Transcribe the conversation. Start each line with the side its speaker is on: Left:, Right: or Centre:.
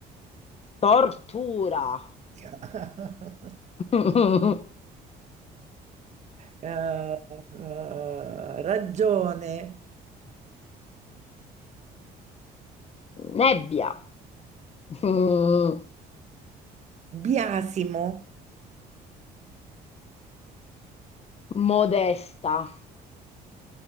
Left: tortura.
Right: <laughs>
Left: <laughs>
Right: Eh, eh, ragione,
Left: Nebbia. Mm,
Right: biasimo,
Left: Modesta.